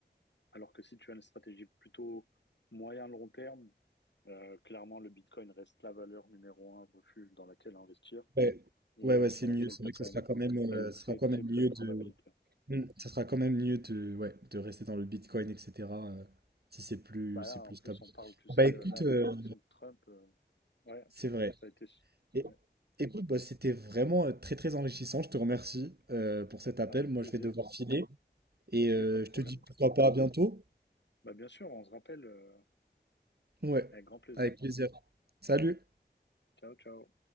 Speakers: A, on the left; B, on the right.
A: alors que si tu as une stratégie plutôt moyen-long terme, euh, clairement, le Bitcoin reste la valeur numéro un, refuge dans laquelle investir
B: Ouais,
A: et
B: ouais,
A: euh,
B: ouais,
A: sur
B: c'est
A: laquelle
B: mieux. C'est
A: tu
B: vrai
A: as quand
B: que ça
A: même
B: sera quand même, euh,
A: très, très,
B: ça sera quand
A: très
B: même
A: peu
B: mieux
A: de probabilités.
B: de, Hmm, ça sera quand même mieux de, ouais, de rester dans le Bitcoin, etc. euh, si c'est plus,
A: Bah
B: c'est
A: là, en
B: plus
A: plus,
B: stable.
A: on parle, tu sais,
B: Bah
A: euh,
B: écoute,
A: là, avec
B: euh,
A: l'élection de Trump, euh, Ouais,
B: c'est vrai.
A: ça a été
B: Et-
A: ouais,
B: écoute, bah, c'était vraiment euh, très très enrichissant. Je te remercie euh, pour cet appel.
A: avec
B: Moi,
A: plaisir.
B: je vais devoir filer. Et
A: Ok,
B: euh,
A: pas de problème.
B: je te dis pourquoi pas à bientôt.
A: Bah, bien sûr, on se rappelle euh,
B: Ouais,
A: avec grand plaisir.
B: avec plaisir. Salut!
A: Ciao, ciao.